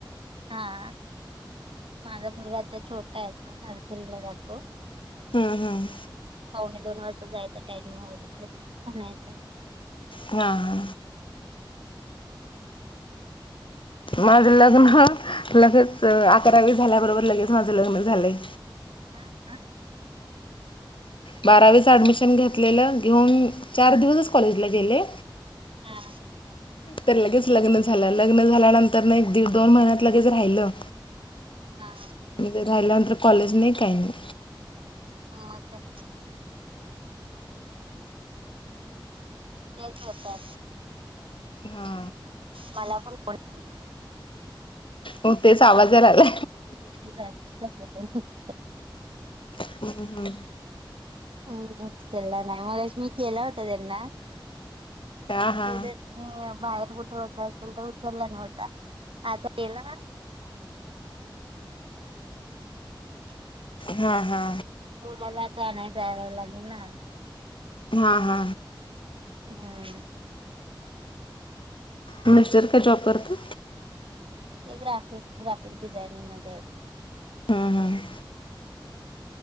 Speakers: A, on the right; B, on the left.
A: हा माझा मुलगा आता छोटा आहे नर्सरीला जातो.
B: हम्म हम्
A: होणे दोन वाजता जायचा टाईम त्या म्हणायच.
B: हा हा माझं लग्न लगेच अ अकरावी झाल्याबरोबर लगेच माझं लग्न झालंय.
A: हा का.
B: बारावीच ऍडमिशन घेतलेलं घेऊन चार दिवसच कॉलेजला गेले
A: हा.
B: तर लगेच लग्न झालं लग्न झाल्यानंतर ना एक दीड दोन महिन्यात लगेच राहिलं
A: हा
B: मी जर राहिल्यानंतर कॉलेज नाही काही नाही.
A: म काय तेच होत आता.
B: हा.
A: मला पण कोणी
B: हो तेच आवाजरा आला.
A: <unintelligible>
B: हम्म हम्म हम्म.
A: हम्म चला नाही मलाच मी केला होता त्यांना
B: हा हा
A: आणि बाहेर कुठे होत असतील तर उचलला नव्हता आता केला <unintelligible>
B: हा हा.
A: मुलाला तर आणाया जावं लागेल ना
B: हा हा.
A: हम्म.
B: मिनिस्टर काय जॉब करतं?
A: ते ग्राफिक ग्राफिक डिझाईनिगमध्ये येत.
B: हम्म हम्म.